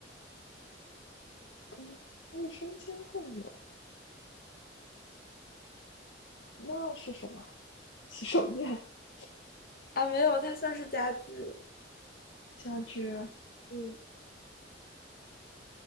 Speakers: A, on the left; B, on the left.
A: 跟卫生间会有，那是什么？洗手液、<laughs>
B: 啊，没有，它算是家具。
A: 家具、
B: 嗯，